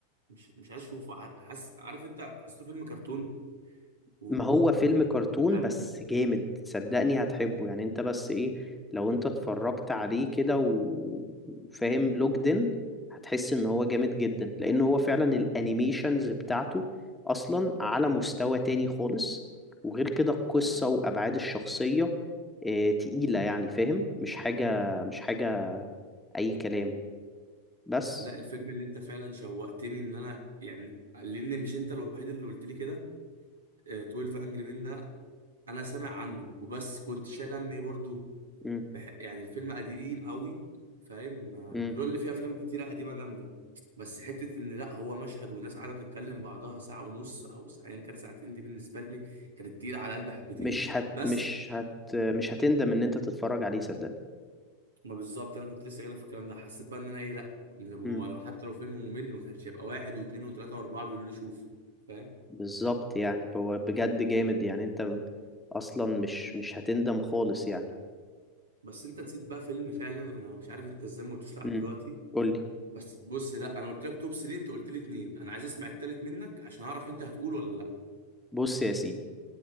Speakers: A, on the right; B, in the centre.
A: مش مش عايز اشوفه ع- حاسس عارف انت حسيته فيلم كرتون و
B: ما هو فيلم كرتون
A: عارف-
B: بس جامد صدقني هتحبه يعني انت بس ايه لو انت اتفرجت عليه كده و- وفاهم لوجدن هتحس ان هو جامد جدا لان هو فعلا الانيميشنز بتاعته اصلا على
A: مم.
B: مستوى تاني خالص وغير كده القصة
A: مم.
B: وابعاد الشخصية آه، تقيلة يعني فاهم مش حاجة مش حاجة اي كلام بس
A: بس لا الفيلم اللي انت فعلا شوقتني ان انا يعني لان مش انت الوحيد اللي قلت لي كده آه، 12 انجري مان ده انا سامع عنه وبس كنت شايل همي برضو
B: مم.
A: بح- يعني الفيلم قديم قوي فاهم ما-
B: مم.
A: اللي هو اللي فيه افلام كتيره قديمه جامده بس حته ان لا هو مشهد والناس قاعده بتتكلم بعضها ساعه ونص او ساعتين كان ساعتين دي بالنسبه لي كانت تقيله على قلبي حبتين
B: مش هت
A: بس
B: مش هت مش هتندم ان انت تتفرج عليه صدقني
A: ما بالظبط انا كنت لسه جايلك في الكلام ده حسيت بقى ان انا ايه لا ما
B: مم.
A: هو لو حتى لو فيلم ممل ما كانش هيبقى واحد واثنين وثلاثه واربعه بيقولوا لي شوف فاهم
B: بالظبط يعني هو بجد جامد يعني انت م- اصلا مش مش هتندم خالص يعني
A: بس انت نسيت بقى فيلم فعلا انا مش عارف انت ازاي ما قلتوش لحد
B: مم.
A: دلوقتي
B: قولي
A: بس بص لا انا قلت لك توب 3 انت قلت لي اثنين انا عايز اسمع التالت منك عشان اعرف انت هتقول ولا لا
B: بص يا سيدي